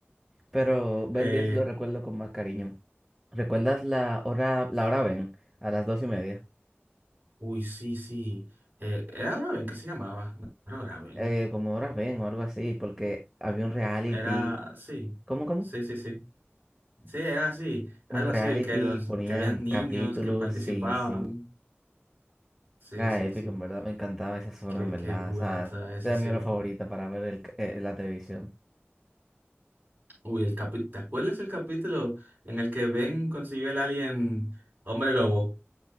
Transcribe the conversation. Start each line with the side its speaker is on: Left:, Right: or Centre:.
Centre: Pero Ben
Right: Eh,
Centre: 10 lo recuerdo con más cariño. ¿Recuerdas la hora, la hora Ben? A las dos y media.
Right: uy, sí, sí. Eh, era Draven que se llamaba. No era Draven.
Centre: Eh, como hora Ben o algo así, porque había un reality.
Right: Era, sí.
Centre: ¿Cómo, cómo?
Right: Sí, sí, sí. Sí, era así. Algo
Centre: Un reality,
Right: así, que los,
Centre: ponían
Right: que habían niños
Centre: capítulos,
Right: que participaban.
Centre: sí, sí.
Right: Sí,
Centre: Era
Right: sí,
Centre: épico,
Right: sí.
Centre: en verdad, me encantaba esa zona,
Right: Qué,
Centre: en verdad.
Right: qué bueno
Centre: O sea,
Right: está eso,
Centre: era
Right: sí.
Centre: mi hora favorita para ver el, c- eh, la televisión.
Right: Uy, el capi ¿te acuerdas el capítulo en el que Ben consiguió el alien hombre lobo?